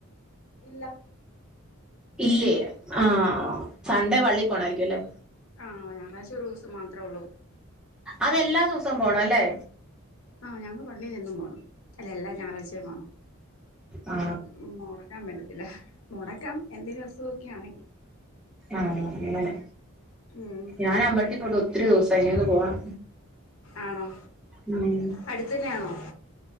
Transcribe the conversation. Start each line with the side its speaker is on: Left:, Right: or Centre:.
Left: ഇല്ല
Centre: ഇല്ലേ ആഹ് ആഹ് ആ സൺഡേ വള്ളി പോണായിരിക്കും ല്ലേ?
Left: ആഹ് ഞായറാഴ്ച ഒരൂസം മാത്രേ ഒള്ളൂ
Centre: അതെല്ലാ ദിവസവും പോണം അല്ലേ?
Left: ആഹ് ഞങ്ങക്ക് പള്ളിയിലെന്നും പോണം അല്ല എല്ലാം ഞായറാഴ്ചയും പോണം
Centre: ആ
Left: ഉം മൊടക്കാൻ പറ്റത്തില്ല മുടക്കാം എന്തേങ്കിലും അസുഖമൊക്കെ ആണെങ്കിൽ
Centre: ആഹ് അങ്ങനെ
Left: ഉം
Centre: ഞാനമ്പലത്തി പോയിട്ട് ഒത്തിരി ദിവസായി ഇന്ന് ഒന്ന് പോണം
Left: ആണോ
Centre: ഉം
Left: അടുത്തന്നേണോ?